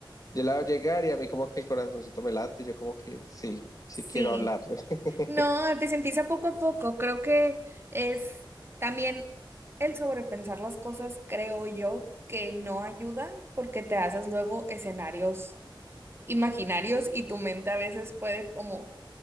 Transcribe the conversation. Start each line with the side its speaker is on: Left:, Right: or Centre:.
Left: yo la veo llegar y a mí como que el corazoncito me late, yo como que sí, sí
Right: Sí.
Left: quiero hablar. <laughs>
Right: No, pues empieza poco a poco. Creo que es también el sobrepensar las cosas, creo yo, que no ayuda porque te haces luego escenarios imaginarios y tu mente a veces puede como